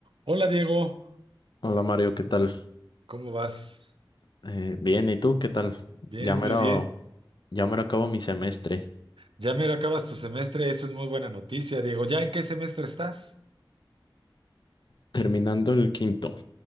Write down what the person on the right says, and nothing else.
Hola Diego,
¿cómo vas?
Bien,
muy bien.
Ya mero acabas tu semestre, eso es muy buena noticia, Diego. ¿Ya en qué semestre estás?